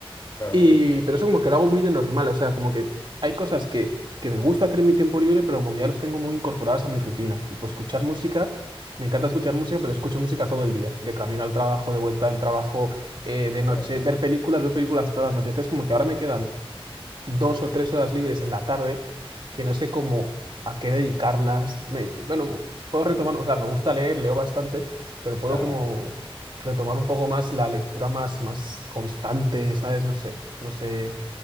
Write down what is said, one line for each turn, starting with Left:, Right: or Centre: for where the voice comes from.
Left: Claro,
Right: Y, pero eso como que lo hago muy de normal, o sea, como que hay cosas que, que me gusta hacer en mi tiempo libre, pero como que ya los tengo muy incorporadas a mi rutina, tipo escuchar música, me encanta escuchar música, pero escucho música todo el día, de camino al trabajo, de vuelta al trabajo, eh, de
Left: claro.
Right: noche, ver películas, veo películas todas las noches, entonces como que ahora me quedan dos o tres horas libres en la tarde que no sé cómo a qué dedicarlas. Me- bueno, puedo retomar, o sea, me gusta leer, leo bastante, pero puedo
Left: Claro.
Right: como retomar un poco más la lectura más, más constante, ¿sabes? No sé, no sé,